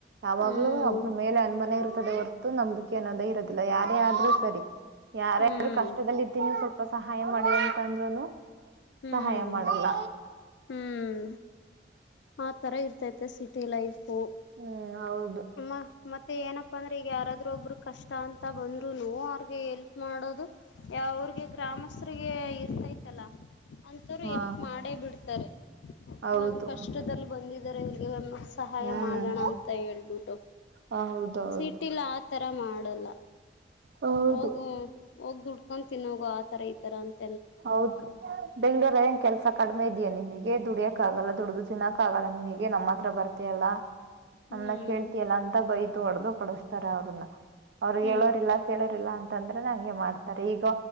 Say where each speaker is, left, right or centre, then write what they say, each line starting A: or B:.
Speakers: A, on the right (about 60°); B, on the left (about 70°).
A: ಯಾವಾಗ್ಲೂ
B: ಹ್ಮ್
A: ಒಬ್ಬ ಮೇಲೆ ಅನ್ಮನೆ ಇರು ಹೊತು ನಂಬಿಕೆ ಅನ್ನೋದೇ ಇರೋದಿಲ್ಲ ಯಾರೇ ಆದ್ರೂ ಸರಿ ಯಾರ
B: ಹ್ಮ್
A: ಯಾರು ಕಷ್ಟದಲ್ಲಿ ಇದ್ದೀ ನೀವು ಸ್ವಲ್ ಸ್ಪ ಸಹಾಯ ಮಾಡಿದೆ ಅಂತ ಅಂದ್ರುನು
B: ಹ್ಮ್
A: ಸಹಾಯ ಮಾಡಲ್ಲ
B: ಹ್ಮ್ ಆ ತರ ಇರ್ತೈತೆ ಸಿಟಿ ಲೈಫ್ ಹ
A: ಹ್ಮ್ ಹೌದು
B: ಮ ಮತ್ತೆ ಮತ್ತೆ ಏನಪ್ಪಾ ಅಂದ್ರೆ ಈಗ ಯಾರಾದ್ರೂ ಒಬ್ರು ಕಷ್ಟ ಅಂತ ಬಂದ್ರುನು ಅವ್ರಿಗೆ ಎಲ್ಪ್ ಮಾಡೋದು ಅವ್ರಿಗೆ ಗ್ರಾಮಸ್ಥರಿಗೆ ಇರ್ತೈತಲ್ಲ ಅಂಂತರು
A: ಹಾ
B: ಎಲ್ಪ್ ಮಾಡೇ ಬಿಡ್ತಾರೆ
A: ಹೌದು
B: ಏನಾದ್ರು ಕಷ್ಟದಲ್ಲಿ ಬಂದ ಇದ ಇರಿಗೆ ಅಮ್ಮ ಸಹಾಯ
A: ಹ್ಮ್
B: ಮಾಡೋಣ ಅಂತ ಹೇಳೇಳ್ಬಿಟ್ಟು
A: ಹೌದೌದು
B: ಸೀಟಲ್ಲ ಆ ತರ ಮಾಡಲ್ಲ
A: ಹೌದು
B: ಹೋಗು ಹೋಗಿ ದುಡ್ಕೊತೀನಗ ಆ ತರ ಈ ತರ ಅಂತ
A: ಹೌದು ಬೆಂಗಳೂರು ನ್ ಕೆಲಸ ಕಡಿಮೆ ಇದ್ಯ ನೀಿ ನಿನಗೆ ದುಡಿಯಕಕ್ಕಗಲ್ಲ ದುಡಿದು ತಿನ್ನಕ್ಕ ಆಗಲ್ಲ ನಿನಗೆ ನಮ್ಮ ಹತ್ರ ಬರ್ತ ಲ್ಲ
B: ಹ್ಮ್
A: ನಮ್ನ ಕೇಳ್ತಿಯಲ್ಲ ಅಂತ ಬೈ ಹೊಡೆದು ಕೊಡಿಸ್ತಾರ ಅವ್ರನ್ನ ಅವ್ರಗ್
B: ಹ್ಮ್
A: ಹೇಳೋರಿಲ್ಲ ಕೇಳೋರಿಿಲ್ಲಾ ಅಂತ ಂದ್ರೆ ನಂಗೆ ಮಾಡ್ತಾರೆ ಈಗ